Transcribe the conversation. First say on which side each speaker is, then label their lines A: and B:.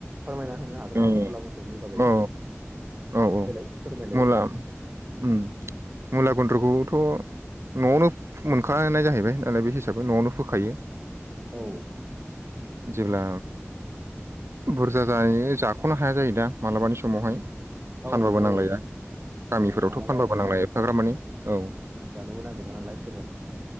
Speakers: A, on the right (about 35°); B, on the right (about 65°).
A: फोरमायना होनो हागोन
B: ए
A: नामा मुला गुन्द्रुगनि बागै
B: औ औ औ
A: देलाय फोरमायलाय
B: मुला
A: एसे।
B: उम मुला गुन्द्रुगखौथ' न'आवनो मोनखानाय जाहैबाय होननानै बे हिसाबै न'आवनो फोखायो।
A: औ
B: जेब्ला बुरजा जानानै जाख'नो हाया जायो दा मालाबानि समावहाय
A: औ
B: फानबाबो
A: औ
B: नांलाया। गामिफोरावथ'
A: औ मालाबा
B: फानबाबो नांला एफाग्राब मानि औ
A: जानोबो नागिरा नालाय सोरबा सोरबा